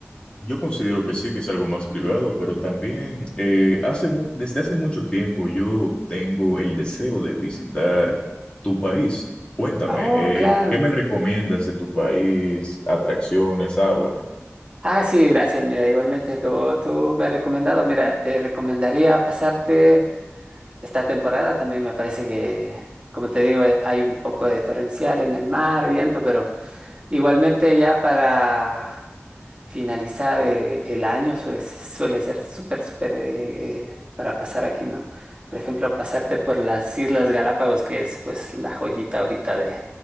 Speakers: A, on the left (about 20°); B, on the right (about 25°).
A: Yo considero que sí, que es algo más privado, pero también eh, hace mu- desde hace mucho tiempo yo tengo el deseo de visitar tu país. Cuéntame,
B: Oh,
A: eh,
B: claro.
A: ¿qué me recomiendas de tu país? Atracciones, háblame.
B: Ah, sí, gracias. Mira, igualmente, como tú me has recomendado, mira, te recomendaría pasarte esta temporada. También me parece que, como te digo, eh, hay un poco de torrencial en el mar, viento, pero Igualmente ya para finalizar eh, el año suele, suele ser súper, súper eh, eh, para pasar aquí, ¿no? Por ejemplo, pasarte por las Islas Galápagos, que es pues la joyita ahorita de,